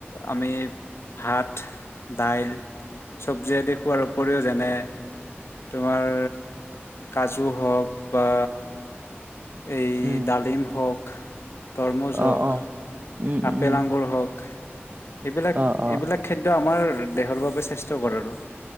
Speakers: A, on the left; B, on the right.
A: আমি ভাত, দাইল, চব্জি আদি খোৱাৰ উপৰিও যেনে তোমাৰ কাজু হওক বা এই
B: উম
A: ডালিম হওঁক, তৰমুজ
B: অ
A: হওক,
B: অ উম
A: আপেল,
B: উম
A: আঙুৰ হওক, এইবিলাক
B: অ অ
A: এইবিলাক খাদ্য আমাৰ দেহৰ বাবে স্বাস্থ্যকৰ আৰু